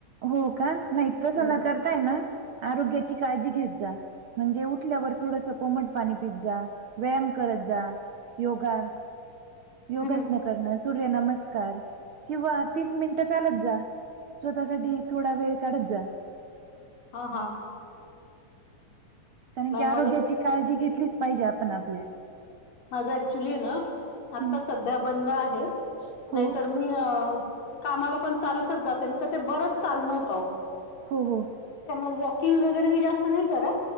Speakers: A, on the right; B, on the left.
A: हो का नाहीत तसं
B: हम्म.
A: न करताय ना आरोग्याची काळजी घेत जा म्हणजे उठल्यावर थोडस कोमट पाणी पित जा व्यायाम करत जा योगा योगासन
B: हम्म, हम्म.
A: करणं सूर्य नमस्कार किंवा तीस मिनिटं चालत जा. स्वतःसाठीठी थोडा वेळ काढत जा.
B: हा हा.
A: कारण
B: नाही
A: की आरोग्याची
B: मला
A: काळजी घेतलीच पाहिजे आपण आपले.
B: माझा ऍक्च्युली ना आता
A: हं
B: सध्या बंद आहे नाहीतर..
A: हो,
B: मी कामाला पण चालतच जाते तर ते बरंच चाल नव्हत.
A: हो हो.
B: त्यामुळे वॉकिंग वगैरे मी जास्त नाही करत